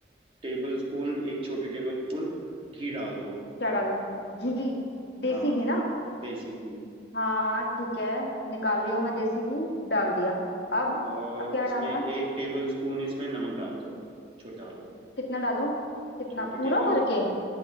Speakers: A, on the right; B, on the left.
A: टेबल स्पून एक छोटी टेबल स्पून घी डाल दो
B: क्या डालूं घी देसी
A: हाँ
B: घी ना
A: देसी घी
B: हाँ ठीक है निकाल रही हूँ मैं देसी घी डाल दिया अब
A: और
B: अब क्या
A: इसमें
B: डालना
A: एक
B: है?
A: टेबल स्पून इसमें नमक डाल दो छोटा वाला
B: कितना डालूं कितना
A: छोटी
B: पूरा
A: टेबल
B: भर के